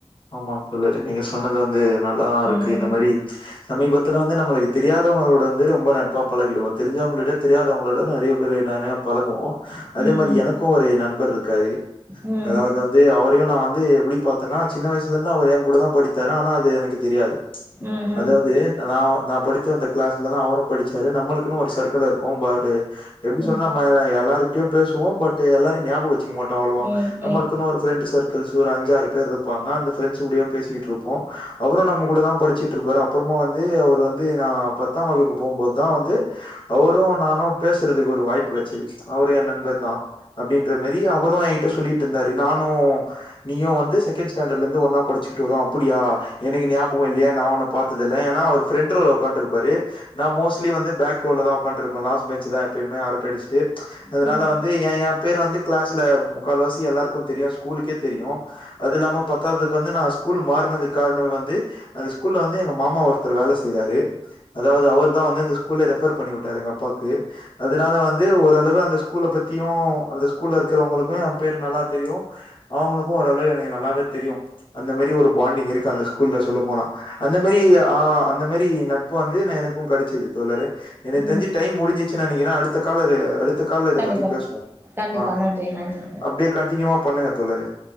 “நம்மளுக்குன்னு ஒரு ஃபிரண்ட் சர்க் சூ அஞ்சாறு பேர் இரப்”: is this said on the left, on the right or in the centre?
Left